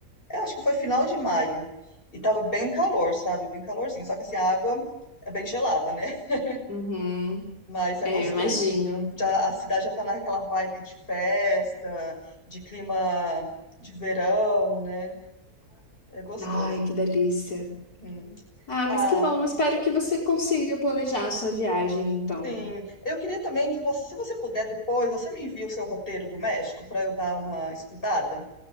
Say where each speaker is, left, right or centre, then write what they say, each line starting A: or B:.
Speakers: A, on the left; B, on the left.
A: eu acho que foi final de maio. E tava bem calor, sabe? Bem calorzinho. Só que assim, a água é bem gelada, né? <laughs>
B: Uhum.
A: Mas é
B: É,
A: gostoso,
B: eu imagino.
A: viu? Já, a cidade já tá naquela vibe de festa, de clima de verão, né? É gostoso.
B: Ai, que delícia.
A: Hum.
B: Ah,
A: Ah,
B: mas que bom. Espero que você consiga planejar a sua viagem, então.
A: sim. Eu queria também que você, se você puder depois, você me envia o seu roteiro do México para eu dar uma estudada.